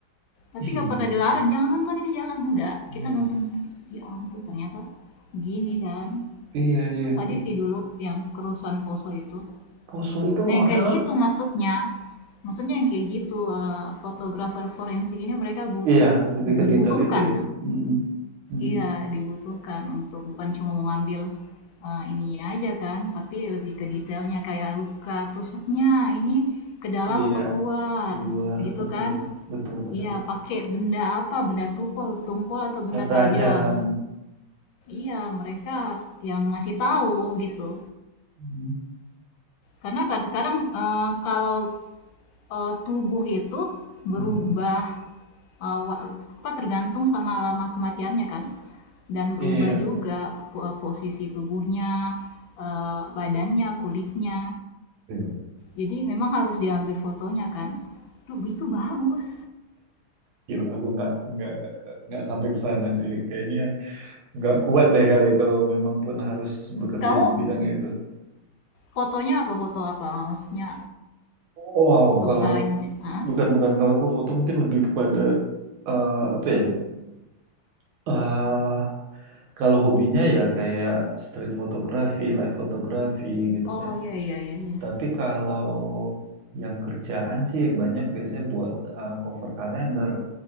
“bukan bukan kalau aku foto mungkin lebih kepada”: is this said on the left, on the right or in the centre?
Right